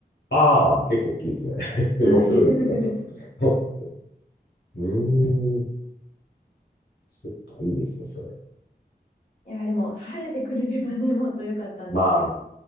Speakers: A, on the left (about 85°); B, on the left (about 50°).
A: ああ、結構大きいですね。<laughs> 予想力だったですね。
B: はい。<laughs>
A: <laughs> うーん。そっか、いいですね、それ。
B: いや、でも、晴れてくれればね、もっと良かったんですけど。
A: ま